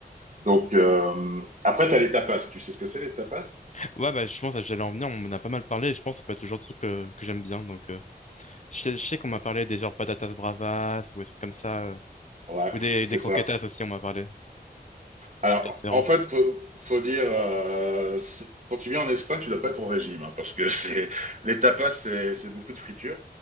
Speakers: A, on the right; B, on the left.
A: Donc, euh, après, tu as les tapas. Tu sais ce que c'est les tapas?
B: Ouais, bah, je pense que j'allais en venir, on en a pas mal parlé, et je pense que ça peut être le genre de truc que, que j'aime bien, donc... euh, Je sais, je sais qu'on m'a parlé des genres patatas bravas, ou des trucs comme ça, euh,
A: Ouais,
B: ou des,
A: c'est
B: des croquetas
A: ça.
B: aussi, on m'a parlé.
A: Alors,
B: Et c'est vraiment...
A: en fait, faut, faut dire, euh, c'est- quand tu viens en Espagne, tu dois pas être au régime, hein, parce que <laughs> c'est les tapas, c'est c'est beaucoup de friture,